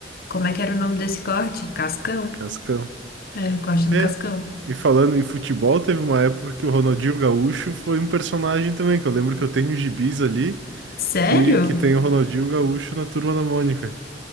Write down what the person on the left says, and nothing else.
Como é que era o nome desse corte? Cascão.
Era o corte do
Cascão.
Sério?